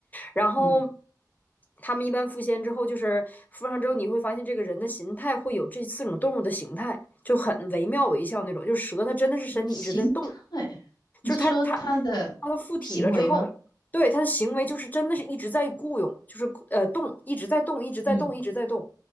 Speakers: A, on the left; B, on the left.
A: 然后
B: 嗯，
A: 他们一般附仙之后，就是附上之后，你会发现这个人的形态会有这四种动物的形态，就很惟妙惟肖那种，就是蛇它真的是身体一直在动。
B: 形态，你是说它的行为吗？
A: 就是他他他附体了之后，对他的行为就是真的是一直在雇佣，就是呃动，一直在动，一直在动，
B: 嗯
A: 一直在动。